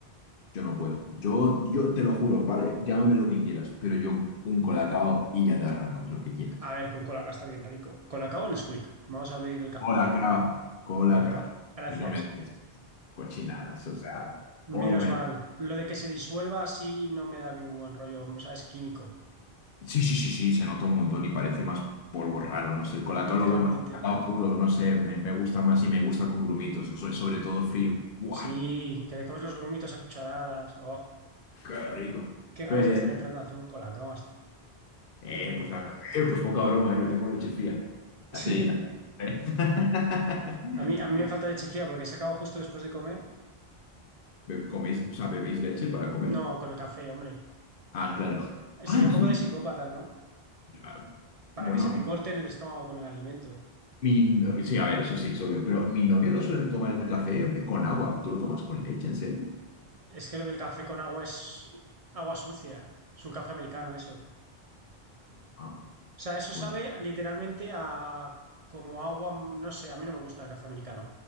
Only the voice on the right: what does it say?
A ver, que un colacao está bien rico. Colacao o Nesquik. Vamos a abrir el cajón.
Vale, gra- gracias.
Menos mal. Lo de que se disuelva así no me da mi buen rollo. O sea, es químico.
Literalmente.
Sí, que te comes los grumitos a cucharadas. Oh,
qué ganas
me están entrando de hacerme un colacao. hasta-
Vamos.
<laughs>
A mí, a mí me falta leche fría porque se acaba justo después de comer.
No, con el café, hombre.
Sería un poco
de psicópata, ¿no?
Para
que se te corte en el estómago con el alimento.
Es que lo del café con agua es agua sucia. Es un café americano eso. O
sea, eso
sabe literalmente a como agua, no sé, a mí no me gusta el café americano.